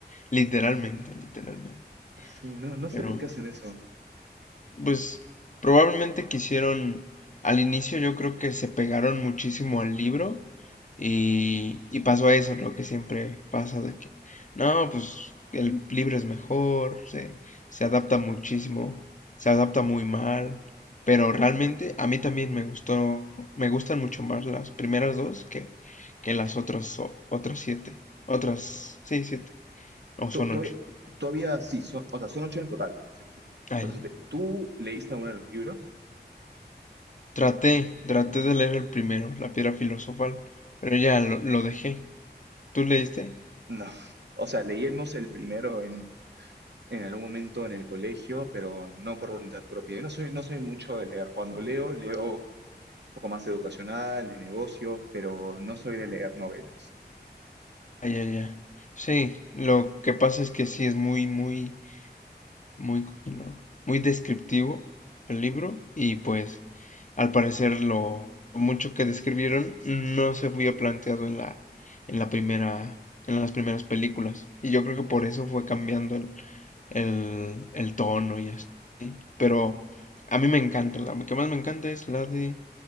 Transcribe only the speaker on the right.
Sí, no, no sé
por qué hacen eso.
Tú,
Todavía,
todavía sí, son, o sea, son ocho en total, así que sí.
Otras te- ¿Tú leíste alguno de los libros?
No, o sea, leímos el primero en, en algún momento en el colegio, pero no por voluntad propia. Yo no soy, no soy mucho de leer. Cuando leo, leo un poco más educacional, de negocios, pero no soy de leer novelas.